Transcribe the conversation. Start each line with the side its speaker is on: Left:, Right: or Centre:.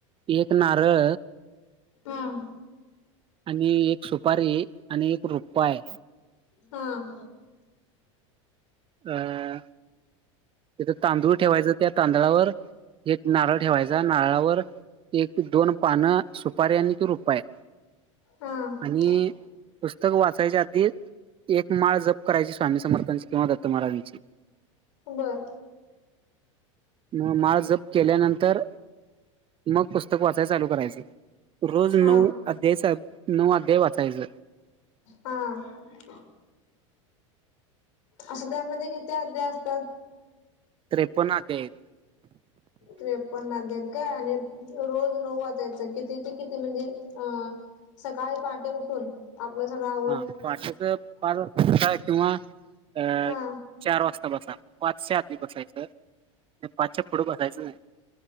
Right: एक नारळ
Left: हां
Right: आणि एक सुपारी आणि एक रुपये
Left: हां
Right: अं तिथं तांदुळ ठेवायच. त्या तांदळावर एक नारळ ठेवायचा नारळावर एक -दोन पानं सुपारीे आणि तो रुपये
Left: हा
Right: आणि पुस्तक वाचायच्या आधी एक माळ जप करायची स्वामी समर्थानची किंवा दत्त महाराजाची
Left: बर
Right: म माळ जप केल्यानंतर मग पुस्तक वाचाय चालु करायचं रोज नऊ
Left: हा
Right: अध्यायच नऊ अध्याय वाचायच.
Left: हां असं त्यामध्ये किती अध्याय असतात?
Right: त्रेपन्न अध्याय आहे.
Left: त्रेपन्न अध्याय आहे का आणि रोज नऊ अध्याय त्याच किती ते किती म्हणजे अ सकाळी पहाटे उठुन आपलं सगळं आवरून
Right: हां पाहटेच पाच वाजता किंवा अं
Left: हा
Right: चार वाजता बसा पाच च्या आधी बसायचं नाही पाच च्या पुढं बसायचं नाही.